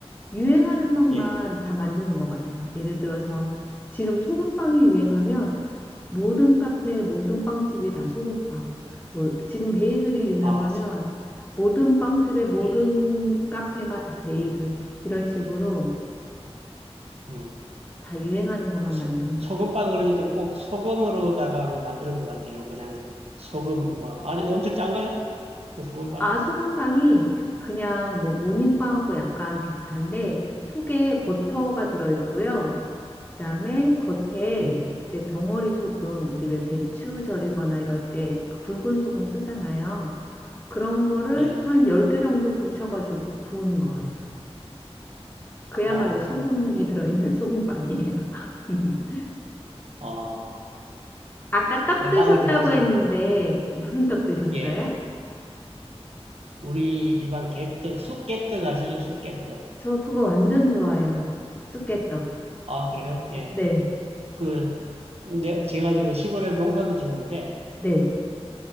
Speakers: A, on the left; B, on the right.
A: 유행하는 빵만
B: 예.
A: 다 만드는 것 같아요. 예를 들어서 지금 소금빵이 유행하면 모든 카페, 모든 빵집이 다 소금빵. 뭐 지금 베이글이 유명하면
B: 아, 소-
A: 모든 빵집에 모든
B: 예.
A: 카페가 다 베이글. 이런 식으로
B: 음.
A: 다 유행하는 것만
B: 소,
A: 만드는 것
B: 소금빵
A: 같아요.
B: 그러니까 꼭 소금으로다가 뭐 만드는 것 같아요. 그냥 소금, 뭐, 아직 엄청 짠가요? 소금 빵?
A: 아, 소금빵이 그냥 뭐 모닝빵하고 약간 비슷한데 속에 버터가 들어있고요. 그다음에 겉에
B: 음,
A: 이제 덩어리 소금, 우리 왜 배추 절이거나 이럴 때 굵은 소금 쓰잖아요. 그런 거를
B: 예.
A: 한 10개 정도 붙여가지고 구운 거예요. 그야말로
B: 어,
A: 소금이 들어있는 <laughs> 소금빵이에요. <laughs>
B: 어,
A: 아까 떡
B: 아,
A: 드셨다고
B: 빵을 좋아하시니까,
A: 했는데
B: 그럼,
A: 무슨 떡 드셨어요?
B: 예. 우리 일반 개떡, 쑥개떡 아시죠? 쑥개떡.
A: 저 그거 완전 좋아해요. 쑥개떡.
B: 아, 그래요? 예.
A: 네,
B: 그, 내, 제가 지금 시골에 농사도 짓는데,
A: 네.